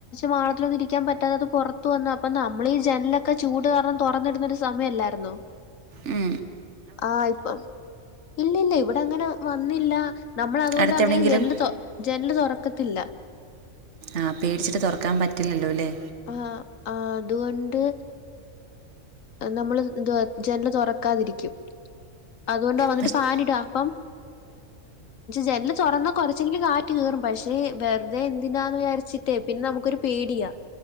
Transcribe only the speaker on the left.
മാളത്തിലൊന്നും ഇരിക്കാൻ പറ്റാതത് പുറ ത്ത് വന്നു അപ്പ നമ്മളീ ജനലൊക്കെ ചൂട് കാരണം തുറന്നിടുന്നൊരു സമയല്ലായിര്ന്നോ
ആഹ് ഇപ്പം ഇല്ലില്ല ഇവിടെ അങ്ങനെ വന്നില്ല നമ്മളതുകൊണ്ടാ
തൊ ജനല് തൊറക്കത്തില്ല
ആഹ് ആ അതുകൊണ്ട് നമ്മള് എന്തുവാ ജനല് തൊറക്കാതിരിക്കും അത്കൊണ്ടാ വന്നിട്ട്
ഫാനിടും അപ്പം ജനല് തുറന്നാ കൊറച്ചെങ്കിലും കാറ്റ് കേറും പക്ഷെ വെറ്തെ എന്തിനാന്ന് വിചാരിച്ച് ട്ടെ പിന്ന നമുക്കൊരു പേടിയാ